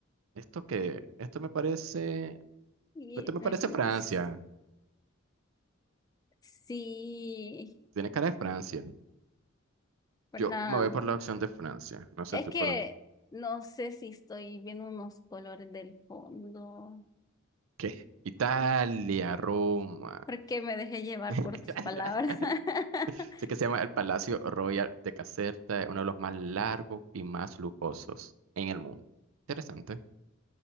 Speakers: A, on the right (about 85°); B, on the left (about 20°).
A: Esto que, esto me parece,
B: Y
A: esto me
B: no
A: parece
B: es, no,
A: Francia.
B: s- sí,
A: Tiene cara de Francia.
B: ¿verdad?
A: Yo me voy por la opción de Francia. No sé
B: Es
A: tú
B: que
A: por dónde.
B: no sé si estoy viendo unos colores del fondo.
A: ¿Qué? Italia, Roma.
B: Porque me dejé llevar
A: <laughs>
B: por tus palabras. <laughs>
A: Sé que se llama el Palacio Royal de Caserta, es uno de los más largos y más lujosos en el mundo. Interesante,